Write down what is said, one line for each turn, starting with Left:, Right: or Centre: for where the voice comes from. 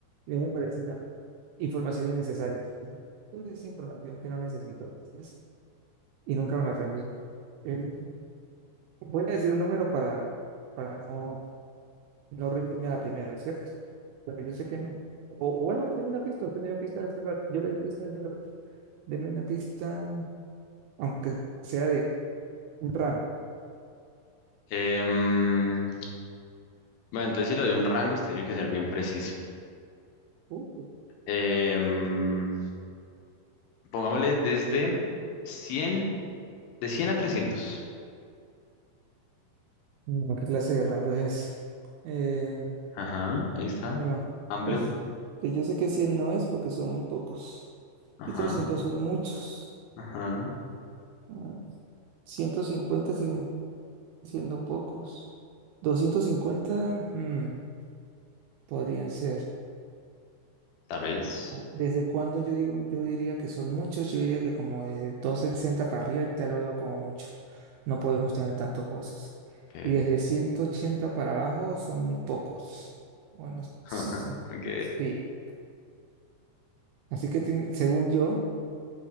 Right: Yo me parecía Información innecesaria. Pero es información que no necesito. entonces, y nunca me la aprendí. Eh, voy a decir un número para, para no, no rendirme a la primera, ¿cierto? Pero yo sé que no. O, o bueno, deme una pista. Usted me dio pista hace rato. Yo le di pista hace rato. Deme una pista, aunque sea de un rango.
Left: Em, bueno, entonces si le doy un rango, usted tiene que ser bien preciso.
Right: Uh,
Left: Em, pongámosle desde cien, de cien a trescientos.
Right: no, ¿qué clase de rango es ese? Eh,
Left: Ajá, ahí está.
Right: bueno,
Left: Amplio.
Right: pues que yo sé que 100 no es porque son muy pocos.
Left: Ajá,
Right: Y 300 son muchos.
Left: ajá.
Right: Ah, 150 siguen siendo pocos. 250, hmm, podrían ser.
Left: Tal vez.
Right: ¿Desde cuándo yo digo, yo diría que son muchos? Yo diría que como desde 260 para arriba ya lo veo como mucho. No podemos tener tantos huesos.
Left: Ok.
Right: Y desde 180 para abajo son muy pocos. Bueno,
Left: <laughs>
Right: sí.
Left: Ok.
Right: sí. Así que tiene- según yo,